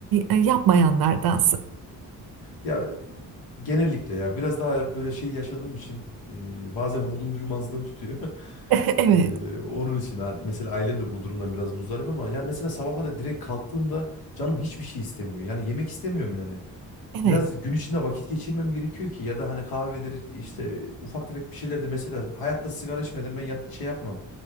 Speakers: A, on the right; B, on the left.
A: e, yapmayanlardansın.
B: Ya genellikle ya biraz daha böyle şey yaşadığım için e, bazen vurdum duymazlığım tutuyor. <laughs>
A: <laughs> Evet,
B: E, onun için ha- mesela ailem de bu durumdan biraz muzdarip ama ya mesela sabahları direkt kalktığımda canım hiçbir şey istemiyor. Yani yemek istemiyorum yani.
A: evet,
B: Biraz gün içinde vakit geçirmem gerekiyor ki ya da hani kahvedir işte ufak tefek bir şeyler de mesela hayatta sigara içmeden ben yat, şey yapmam.